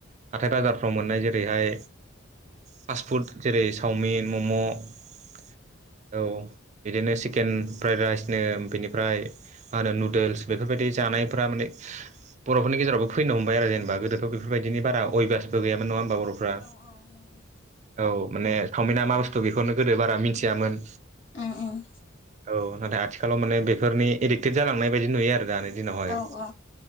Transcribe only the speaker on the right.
हाथाय बाजाफोराव मोननाय जेरैहाय पास फुद जेरै सावमिन मम औ बिदिनो चकेन फ्राइद राइसनो बेनिफ्राय मा होनो नुदोल्स बेफोरबायदि जानायफ्रा माने बर'फोरनि गेरावबो फैनो हमबाय आरो जेनबा गोदोथ बेफोरबायदि बा अयभासबो गैयामोन नङा होमबा बर'- बर'फ्रा।
औ माने चावमिना मा बुस्थु बेखौनो गोदो बारा मिथियामोन।
औ नाथाय आथिखालाव माने बेफोरनि एडिक्टेड जालांनाय बायदि नुयो आरो दानो दिनावहाय